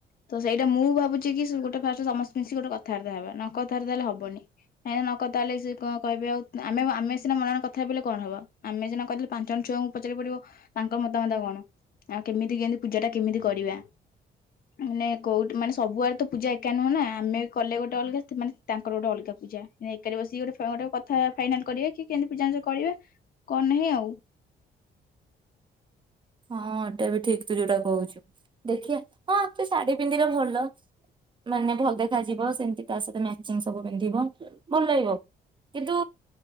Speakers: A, on the left (about 50°); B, on the right (about 25°).
A: ତ ସେଇଟା ମୁଁ ଭାବୁଚି କି ଗୋଟେ ଫାଷ୍ଟ ସମସ୍ତେ ମିଶି ଗୋଟେ କଥାବାର୍ତ୍ତା ହେବା ନ କଥାବାର୍ତ୍ତା ହେଲେ ହବନି। ହେ ନକଥା ହେଲେ ଯେ କଣ କହିବେ ଆଉ ଆମେ-ଆମେ ସିନା ମନରେ କଥା ହେଇପଇଲେ କଣ ହବା। ଆମେ ସିନା କହିଦେଲେ ପାଞ୍ଚ ଜଣ ଛୁଆଙ୍କୁ ପଚାରି ପଡିବ? ତାଙ୍କ ମତାମତ କଣ ଆଉ କେମିତି-କେମିତି ପୂଜାଟା କେମିତି କରିବା? ମାନେ କେଉଁଠି, ମାନେ ସବୁ ଆଡେ ତ ପୂଜା ଏକା ନୁହେଁ ନା। ଆମେ କଲେ ଗୋଟେ ଅଲଗା। ସେମାନେ ତାଙ୍କର ଗୋଟେ ଅଲଗା ପୂଜା? ଏକାରି ବସିକି ଗୋଟେ ଛୁଆ ଗୋଟେ କଥା ଫାଇନାଲ କରେ କି। କେମିତି ପୂଜା ଅଞ୍ଜଲି କରିବେ କଣ ନାହିଁ ଆଉ।
B: ହଁ, ଏଟା ବି ଠିକ ତୁ ଯୋଉଟା କହୁଛୁ। ଦେଖିଆ ହଁ ତୁ ଶାଢୀ ପିନ୍ଧିଲେ ଭଲ। ମାନେ ଭଲ ଦେଖାଯିବ। ସେମିତି ତା ସହିତ ମ୍ୟାଚିଙ୍ଗ ସବୁ ପିନ୍ଧିବ। ଭଲ ଲାଗିବ। କିନ୍ତୁ